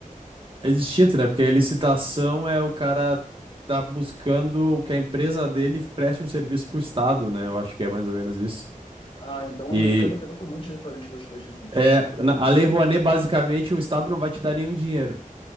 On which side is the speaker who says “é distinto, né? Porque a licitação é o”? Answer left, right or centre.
Right